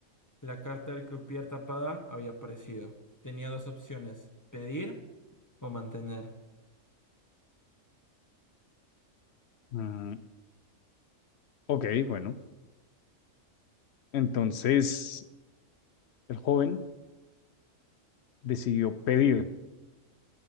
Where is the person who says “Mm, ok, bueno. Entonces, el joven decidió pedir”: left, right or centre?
Left